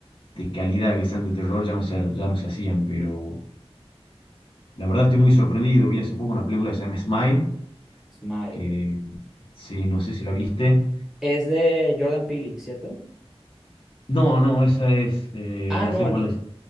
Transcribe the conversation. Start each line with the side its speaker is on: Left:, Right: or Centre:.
Left: de calidad que sean de terror ya no se, ya no se hacían, pero la verdad estoy muy sorprendido. Vi hace poco una película que se llama Smile,
Centre: Smile.
Left: que sí, no sé si la viste.
Centre: Es de Jordan Peele, ¿cierto?
Left: No, no, esa es, eh,
Centre: Ah,
Left: ya
Centre: no,
Left: sé
Centre: olvi-
Left: cuál es.